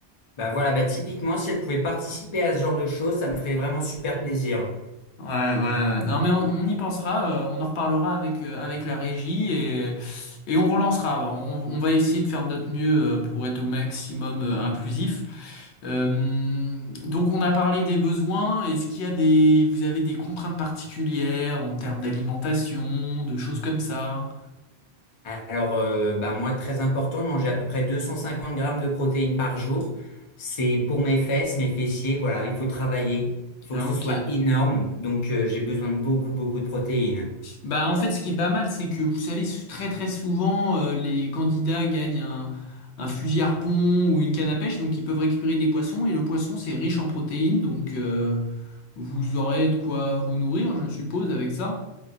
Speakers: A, on the left (about 40°); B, on the left (about 75°).
A: Ben voilà, bah typiquement, si elle pouvait participer à ce genre de choses, ça me ferait vraiment super plaisir.
B: Ouais, ouais, ouais. Non, mais on, on y pensera, euh, on en reparlera avec, euh, avec la régie et, et on relancera. On, on va essayer de faire de notre mieux euh, pour être au maximum euh, inclusif. Euh, donc on a parlé des besoins. Est-ce qu'il y a des, vous avez des contraintes particulières en termes d'alimentation, de choses comme ça?
A: Alors, euh, bah moi, très important de manger à peu près 250 grammes de protéines par jour. C'est pour mes fesses, mes fessiers, voilà, il faut travailler, il faut
B: Ah,
A: que ce
B: ok.
A: soit énorme, donc euh, j'ai besoin de beaucoup, beaucoup de protéines.
B: Bah, en fait, ce qui est pas mal, c'est que vous savez, très très souvent, euh, les candidats gagnent un, un fusil harpon ou une canne à pêche, donc ils peuvent récupérer des poissons, et le poisson, c'est riche en protéines, donc euh, vous aurez de quoi vous nourrir, je suppose, avec ça.